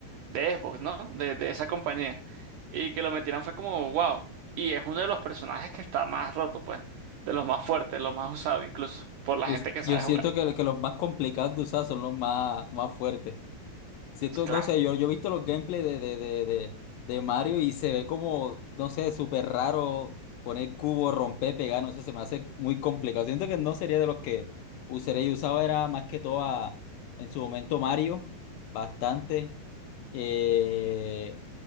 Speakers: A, on the right; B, on the left.
A: de Xbox, ¿no? De, de esa compañía. Y que lo metieran fue como, wow. Y es uno de los personajes que está más roto, pues. De los más fuertes, los más usados incluso. Por la
B: Yo,
A: gente que
B: yo
A: sabe
B: siento
A: jugar.
B: que, que los más complicados de usar son los más, más fuertes. Siento,
A: Claro.
B: no sé, yo, yo he visto los gameplays de, de, de, de, de Mario y se ve como, no sé, súper raro poner cubo, romper, pegar, no sé, se me hace muy complicado. Siento que no sería de los que usaría. Yo usaba era más que todo a- en su momento Mario, bastante. Eh,